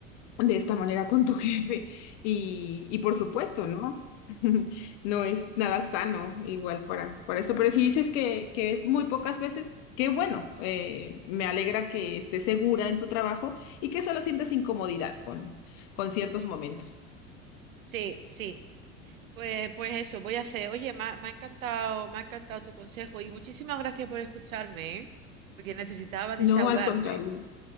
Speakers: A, on the left (about 55°); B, on the right (about 75°).
A: de esta manera con tu <laughs> jefe. Y, y por supuesto, ¿no? <laughs> No es nada sano igual para, para esto, pero si dices que, que es muy pocas veces, qué bueno. eh, me alegra que estés segura en tu trabajo y que solo sientas incomodidad con, con ciertos momentos.
B: Sí, sí. Pues, pues eso, voy a hacer. Oye, me ha, me ha encantado, me ha encantado tu consejo y muchísimas gracias por escucharme, ¿eh? Porque necesitaba
A: No,
B: desahogarme.
A: al contrario.